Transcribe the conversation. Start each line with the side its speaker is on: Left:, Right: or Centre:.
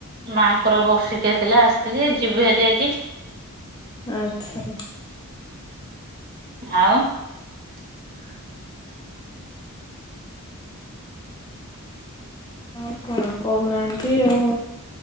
Right: ମାଙ୍କର ବର୍ଷିକିଆ ଥିଲା ଆସିଥିଲି ଯିବି ଭାରି ଆଜି
Left: ଆଚ୍ଛା
Right: ଆଉ <unintelligible>
Left: ଆଉ କଣ କହୁନାହାନ୍ତି ଆଉ